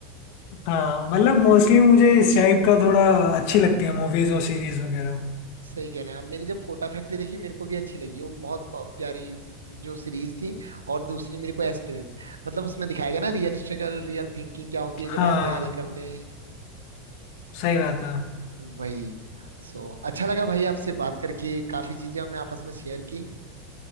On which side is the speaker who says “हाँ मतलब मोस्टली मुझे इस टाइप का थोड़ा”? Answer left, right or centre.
Left